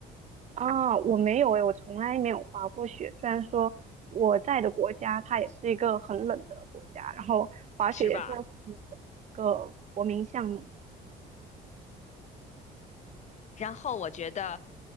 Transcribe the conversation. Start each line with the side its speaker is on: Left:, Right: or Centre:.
Right: 啊，我没有诶，我从来没有滑过雪。虽然说我在的国家它也是一个很冷的国家，然后滑雪也算是一
Left: 是吧？
Right: 个国民项目。
Left: 然后我觉得，